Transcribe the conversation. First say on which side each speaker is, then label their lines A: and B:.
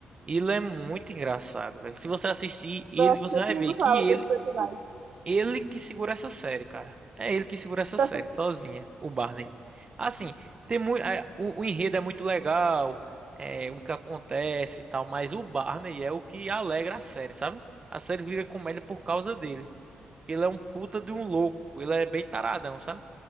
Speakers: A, on the right; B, on the right.
A: Ele é muito engraçado, velho. Se você assistir ele,
B: Nossa,
A: você
B: todo
A: vai
B: mundo
A: ver que
B: fala desse
A: ele
B: personagem.
A: Ele que segura essa série, cara. É ele que segura essa
B: <laughs>
A: série, sozinha, o Barney. Assim, tem muito, o, o enredo é muito legal, é, o que acontece e tal, mas o Barney é o que alegra a série, sabe? A série vira comédia por causa dele. Ele é um puta de um louco, ele é bem taradão, sabe?